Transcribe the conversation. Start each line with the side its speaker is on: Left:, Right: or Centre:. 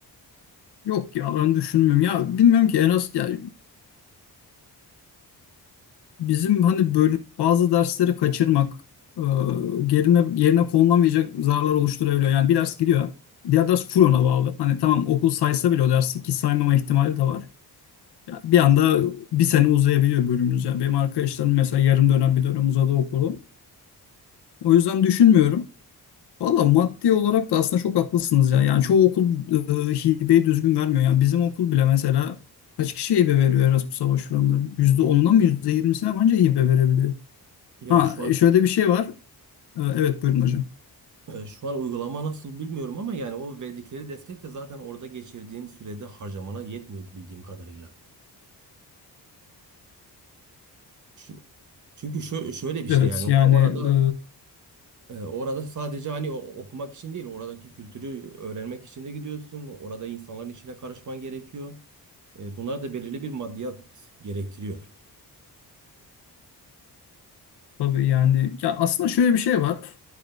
Left: Yok ya ben düşünmüyorum. Ya bilmiyorum ki Erasmus ya Bizim hani böyle bazı dersleri kaçırmak, e, yerine, yerine konulamayacak zararlar oluşturabiliyor. Yani bir ders gidiyor, diğer ders full ona bağlı. Hani tamam okul saysa bile o dersi ki saymama ihtimali de var. Ya bir anda bir sene uzayabiliyor bölümümüz. Yani benim arkadaşlarım mesela yarım dönem bir dönem uzadı okulu. O yüzden düşünmüyorum. Valla maddi olarak da aslında çok haklısınız ya. Yani çoğu okul e, hibeyi düzgün vermiyor. Yani bizim okul bile mesela kaç kişiye hibe veriyor Erasmus'a başvuranların? %10'una mı %20'sine mi anca hibe verebiliyor?
Right: Ya
Left: Ha
Right: şu an
Left: e, şöyle bir şey var. Ee, Evet buyurun hocam.
Right: e, şu an uygulama nasıl bilmiyorum ama yani o verdikleri destek de zaten orada geçirdiğin sürede harcamana yetmiyor bildiğim kadarıyla. Çünkü, çünkü şö- şöyle bir
Left: Evet
Right: şey yani or-
Left: yani
Right: orada
Left: e,
Right: e, orada sadece hani o- okumak için değil oradaki kültürü öğrenmek için de gidiyorsun. Orada insanların içine karışman gerekiyor. E, bunlar da belirli bir maddiyat gerektiriyor.
Left: tabii yani ya aslında şöyle bir şey var.